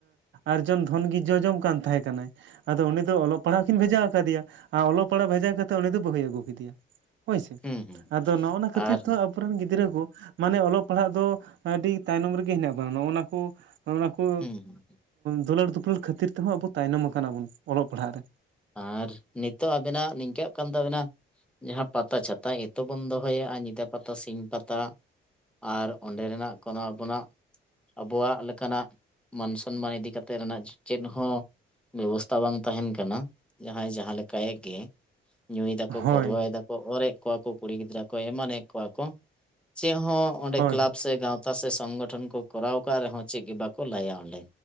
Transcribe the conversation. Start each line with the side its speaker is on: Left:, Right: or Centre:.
Right: ᱟᱨᱡᱚᱱ ᱫᱷᱚᱱ ᱜᱮ ᱡᱚᱡᱚᱢ ᱠᱟᱱ ᱛᱟᱦᱮᱸ ᱠᱟᱱᱟᱭ ᱟᱫᱚ ᱩᱱᱤ ᱫᱚ ᱚᱞᱚᱜ ᱯᱟᱲᱦᱟᱜ ᱠᱤᱱ ᱵᱷᱮᱡᱟ ᱟᱠᱟᱫᱮᱭᱟ ᱟᱨ ᱚᱞᱚᱜ ᱯᱟᱲᱦᱟᱜ ᱵᱷᱮᱡᱟ ᱠᱟᱛᱮᱫ ᱩᱱᱤ ᱫᱚ ᱵᱟᱹᱦᱩᱭ ᱟᱹᱜᱩ ᱠᱮᱫᱮᱭᱟ, ᱦᱳᱭᱥᱮ
Centre: ᱦᱩᱸ ᱦᱩᱸ
Right: ᱟᱫᱚ ᱱᱚᱜᱱᱟ ᱠᱷᱟᱹᱛᱤᱨ
Centre: ᱟᱨ
Right: ᱛᱚ ᱟᱵᱚᱨᱮᱱ ᱜᱤᱫᱽᱨᱟᱹ ᱠᱩ ᱢᱟᱱᱮ ᱚᱞᱚᱜ ᱯᱟᱲᱦᱟᱜ ᱫᱚ ᱟᱹᱰᱤ ᱛᱟᱭᱱᱚᱢ ᱨᱮᱜᱮ ᱦᱮᱱᱟᱜ ᱵᱚᱱᱟ ᱱᱚᱜᱱᱟ ᱠᱩ ᱠᱩ
Centre: ᱦᱩᱸ ᱦᱩᱸ
Right: ᱫᱩᱞᱟᱹᱲ ᱫᱩᱯᱩᱞᱟᱹᱲ ᱠᱷᱟᱹᱛᱤᱨ ᱛᱮᱦᱚᱸ ᱟᱵᱩ ᱛᱟᱭᱱᱚᱢ ᱟᱠᱟᱱᱟ ᱵᱩᱱ ᱚᱞᱚᱜ ᱯᱟᱲᱦᱟᱜ ᱨᱮ,
Centre: ᱟᱨ ᱱᱤᱛᱚᱜ ᱟᱵᱮᱱᱟᱜ ᱱᱤᱝᱠᱟᱜ ᱠᱟᱱ ᱛᱟᱵᱮᱱᱟ ᱡᱟᱦᱟᱸ ᱯᱟᱛᱟ ᱪᱷᱟᱛᱟ ᱮᱸᱛᱚ ᱵᱚᱱ ᱫᱚᱦᱚᱭᱟ ᱟᱨ ᱧᱤᱫᱟᱹ ᱯᱟᱛᱟ, ᱥᱤᱧ ᱯᱟᱛᱟ ᱟᱨ ᱚᱸᱰᱮ ᱨᱮᱱᱟᱜ ᱠᱚᱱᱚ ᱟᱵᱚᱱᱟᱜ ᱟᱵᱚᱣᱟᱜ ᱞᱮᱠᱟᱱᱟᱜ ᱢᱟᱱ ᱥᱚᱱᱢᱟᱱ ᱤᱫᱤ ᱠᱟᱛᱮᱫ ᱨᱮᱱᱟᱜ ᱪᱮᱱᱫ ᱦᱚᱸ ᱵᱮᱵᱚᱥᱛᱷᱟ ᱵᱟᱝ ᱛᱟᱦᱮᱱ ᱠᱟᱱᱟ ᱡᱟᱦᱟᱸᱭ ᱡᱟᱦᱟᱸ ᱞᱮᱠᱟᱭ ᱜᱮ ᱧᱩᱭ ᱫᱟᱠᱚ
Right: ᱦᱳᱭ
Centre: ᱯᱟᱹᱨᱣᱟᱹᱭ ᱫᱟᱠ ᱚᱨᱮᱜ ᱠᱚᱣᱟ ᱠᱚ ᱠᱩᱲᱤ ᱜᱤᱫᱽᱨᱟᱹ ᱠᱚ ᱮᱢᱟᱱᱮᱫ ᱠᱚᱣᱟ ᱠᱚ ᱪᱮ ᱦᱚᱸ ᱚᱸᱰᱮ
Right: ᱦᱳᱭ
Centre: ᱠᱞᱟᱵᱽ ᱥᱮ ᱜᱟᱶᱛ ᱛᱟ ᱥᱮ ᱥᱚᱝᱜᱚᱴᱷᱚᱱ ᱠᱚ ᱠᱚᱨᱟᱣ ᱠᱟ ᱨᱮᱦᱚᱸ ᱪᱮ ᱜᱮ ᱵᱟᱠᱚ ᱞᱟᱹᱭᱟ ᱚᱸᱰᱮ,